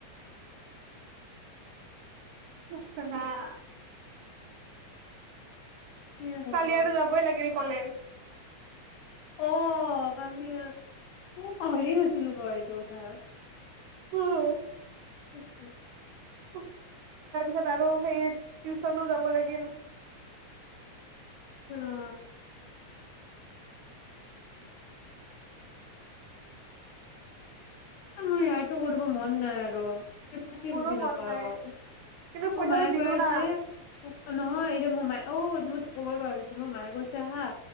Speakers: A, on the right; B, on the left.
A: <unintelligible>
B: কি হ'ব
A: কালি আৰু যাবই লাগিল ক'লেজ
B: অ', কালি মই পাহৰিয়ে‌ গৈছিলো হয়, এইটো কথা।
A: উম।
B: <unintelligible>
A: <unintelligible> তাৰপিছত আৰু সেই টিউচনো যাব লাগিল।
B: অ। মই আৰটো কৰিব মন নাই আৰু। একোকে
A: মোৰো
B: বুজি নাপাওঁ।
A: মন নাই। কিন্তু
B: ত
A: পইচাটো
B: মায়ে
A: দিলো
B: কৈ আছে
A: না
B: অ', নহয় এতিয়া মোৰ মাই অ', মই তোক ক'বই পাৰিছো মোৰ মায়ে কৈছে হা